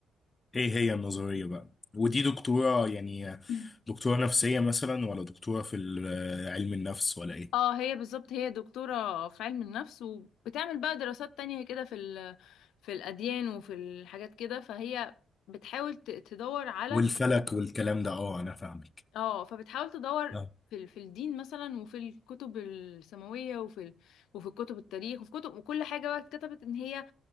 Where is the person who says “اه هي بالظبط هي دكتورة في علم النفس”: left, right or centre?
Left